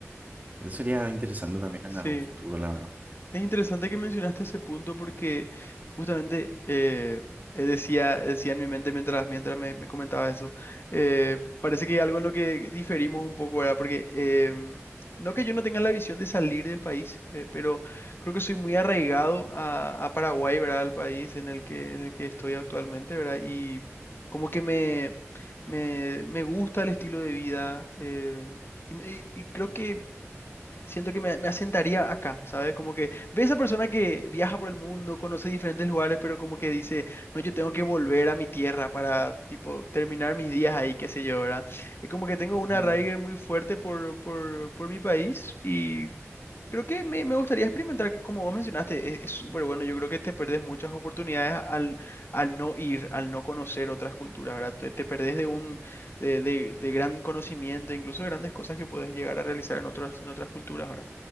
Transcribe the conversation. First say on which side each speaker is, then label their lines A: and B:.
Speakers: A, on the right; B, on the left.
A: eso sería interesante también en
B: Sí.
A: algún futuro, la verdad.
B: Es interesante que mencionaste ese punto porque justamente eh, eh, decía, decía en mi mente mientras, mientras me, me comentabas eso, eh, parece que algo en lo que diferimos un poco, ¿verdad? Porque em, no que yo no tenga la visión de salir del país, eh, pero creo que soy muy arraigado a, a Paraguay, ¿verdad? Al país en el que, en el que estoy actualmente, ¿verdad? Y como que me, me, me gusta el estilo de vida eh, y, me- y creo que siento que me, me asentaría acá, ¿sabes? Como que ve esa persona que viaja por el mundo, conoce diferentes lugares, pero como que dice, no, yo tengo que volver a mi tierra para, tipo, terminar mis días ahí, qué sé yo, ¿verdad? Es como que tengo un arraigue
A: Ajá.
B: muy fuerte por, por, por mi país y Creo que me, me gustaría experimentar, como vos mencionaste, es es súper bueno. Yo creo que te perdés muchas oportunidades al, al no ir, al no conocer otras culturas, ¿verdad? Te, te perdés de un de, de- de gran conocimiento, incluso de grandes cosas que puedes llegar a realizar en otras, en otras culturas, ¿verdad?